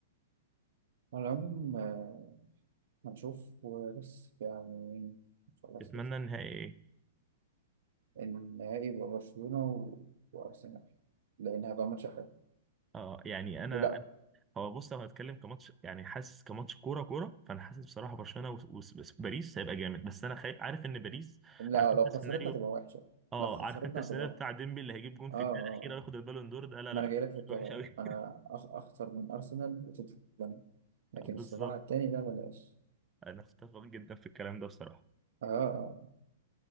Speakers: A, on the right (about 70°); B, on the right (about 20°).
A: على العموم آه، هنشوف وبس يعني خلاص
B: تتمنى
A: كده
B: النهائي ايه؟
A: النهائي يبقى برشلونه و- وارسنال لانها بقى ماتش حلو
B: اه يعني انا
A: ولا
B: هو بص لو هنتكلم كماتش يعني حاسس كماتش كوره كوره فانا حاسس بصراحه برشلونه و- و- وباريس هيبقى جامد بس انا خايف عارف ان باريس
A: لا
B: عارف انت
A: لو
B: السيناريو
A: خسرتنا تبقى وحشه
B: اه
A: لو خسرتنا
B: عارف انت السيناريو
A: هتبقى اه
B: بتاع ديمبلي اللي هيجيب جون في
A: اه
B: الدقيقه
A: آه.
B: الاخيره وياخد البالون دور ده لا
A: ما
B: لا
A: انا جاي لك في الكلام
B: وحش قوي
A: انا أخ... اخسر من ارسنال وتوتنهام لكن
B: <laughs> بالظبط
A: الصراع التاني ده بلاش
B: انا اتفق جدا في الكلام ده بصراحه
A: اه اه آه.